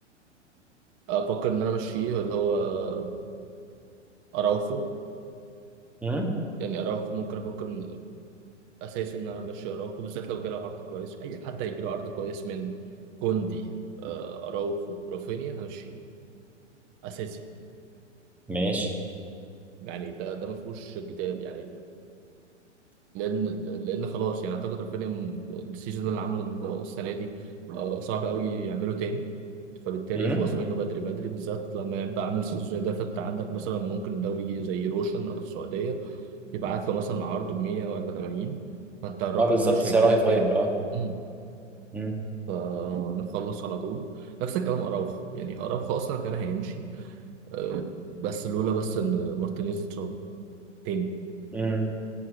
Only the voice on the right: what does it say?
افكر ان انا امشيه اللي هو اراوخو
يعني اراوخو ممكن افكر إن- اساسي ان انا امشي اراوخو بالذات لو جاله عرض كويس اي حد هيجي له عرض كويس من كوندي آه، اراوخو رافينيا همشي اساسي
يعني ده ده ما فيهوش جدال يعني لان لان خلاص يعني اعتقد رافينيا م- السيزون اللي عمله السنه دي آه، صعب قوي يعمله تاني فبالتالي
يخلص منه بدري بدري بالذات لما يبقى عامل سيزون ده فانت عندك مثلا ممكن دوري زي روشن او السعوديه يبعت له مثلا عرض ب 100 ولا 80 فانت الرقم
ده مش
هيجي لك
تاني
امم
فنخلص على طول نفس الكلام اراوخو يعني اراوخو اصلا كان هيمشي آه، بس لولا بس ان مارتينيز اتصاب تاني